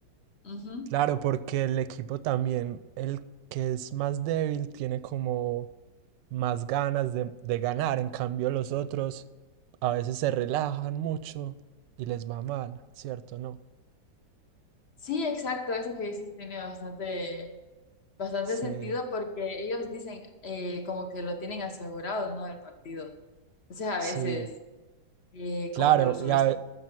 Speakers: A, on the left; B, on the right.
A: Ujú.
B: Claro, porque el equipo también, el que es más débil, tiene como más ganas de, de ganar. En cambio, los otros a veces se relajan mucho y les va mal, ¿cierto? No.
A: Sí, exacto, eso que dices tiene bastante, bastante
B: Sí,
A: sentido porque ellos dicen eh, como que lo tienen asegurado, ¿no? Del partido. Entonces a
B: sí,
A: veces eh,
B: claro.
A: como que lo subestimo.
B: Y a, ve-